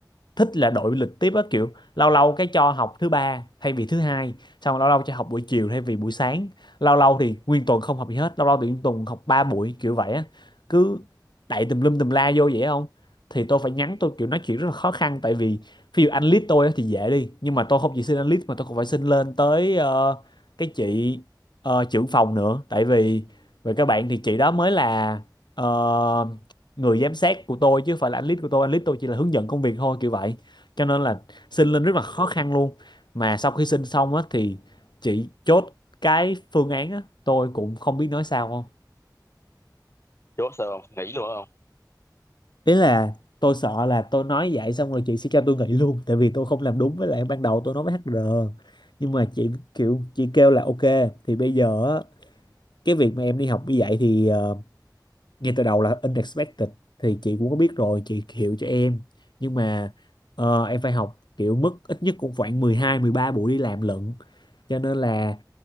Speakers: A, on the left; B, on the left.
A: thích là đổi lịch tiếp á kiểu lâu lâu cái cho học thứ ba thay vì thứ hai xong rồi lâu lâu cho học buổi chiều thay vì buổi sáng lâu lâu thì nguyên tuần không học gì hết lâu lâu thì nguyên tuần học ba buổi kiểu vậy á cứ đậy tùm lum tùm la vô vậy không thì tôi phải nhắn tôi kiểu nói chuyện rất là khó khăn tại vì ví dụ anh lead tôi á thì dễ đi nhưng mà tôi không chỉ xin anh lead mà tôi còn phải xin lên tới ờ, cái chị ờ, trưởng phòng nữa tại vì về các bạn thì chị đó mới là ờ, người giám sát của tôi chứ không phải là anh lead của tôi anh lead tôi chỉ là hướng dẫn công việc thôi kiểu vậy cho nên là xin lên rất là
B: hiểu
A: khó khăn luôn mà sau khi xin xong á thì chị chốt cái phương án á tôi cũng không biết nói sao không
B: chú sao không nghĩ luôn không
A: ý là tôi sợ là tôi nói vậy xong rồi chị sẽ cho tôi nghỉ luôn tại vì tôi không làm đúng với lại ban đầu tôi nói với HR nhưng mà chị kiểu chị kêu là ok thì bây giờ á, cái việc mà em đi học như vậy thì ờ, ngay từ đầu là unexpected thì chị cũng có biết rồi chị hiểu cho em nhưng mà ờ, em phải học kiểu mức ít nhất cũng khoảng 12 13 buổi đi làm lận cho nên là